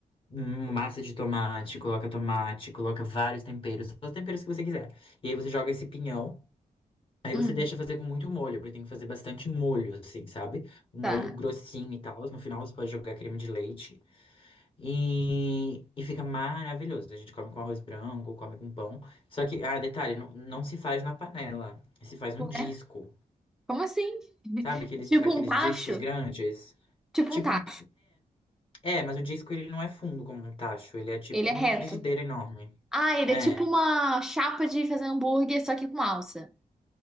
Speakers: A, on the left; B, in the centre.
A: hum, massa de tomate, coloca tomate, coloca vários temperos, todos os temperos que você quiser. E aí você joga esse pinhão. Aí
B: Hum,
A: você deixa fazer com muito molho, porque tem que fazer bastante molho, assim, sabe? Um
B: tá.
A: molho grossinho e tal. No final você pode jogar creme de leite e, e fica maravilhoso. A gente come com arroz branco, come com pão. Só que, ah, detalhe, não, não se faz na panela. Se faz um
B: Ué?
A: disco,
B: Como assim?
A: sabe? Aqueles,
B: Tipo
A: aqueles
B: um tacho?
A: discos grandes.
B: Tipo
A: Tipo
B: um tacho.
A: um. É, é, mas o disco ele não é fundo como um tacho, ele é tipo
B: Ele é reto.
A: uma frigideira enorme.
B: Ah, ele
A: É,
B: é tipo uma chapa de fazer hambúrguer, só que com alça.